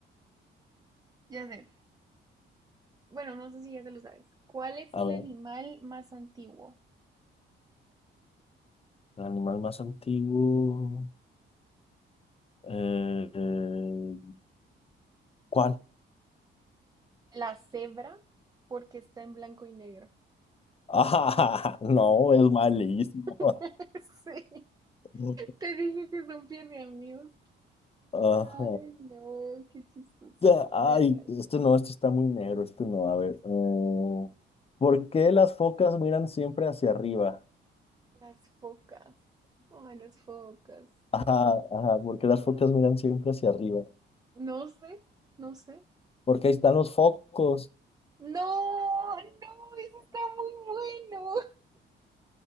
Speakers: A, on the right; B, on the left.
A: Ya sé. Bueno, no sé si ya te lo sabes. ¿Cuál es
B: A
A: el
B: ver,
A: animal más antiguo?
B: el animal más antiguo. Eh, eh, ¿cuál?
A: La cebra, porque está en blanco y negro.
B: <laughs> No, es malísimo.
A: <laughs> Sí,
B: <laughs>
A: te dije que son bien de amigos.
B: Ajá.
A: Ay, no, qué chistoso.
B: Ya, ay,
A: Dale, dale.
B: este no, este está muy negro, este no, a ver. eh, ¿por qué las focas miran siempre hacia arriba?
A: Las focas. Ay, las focas.
B: Ajá, ajá, ¿por qué
A: Ah.
B: las focas miran siempre hacia arriba?
A: No sé, no sé.
B: Porque ahí están los focos.
A: No, no, eso está muy bueno.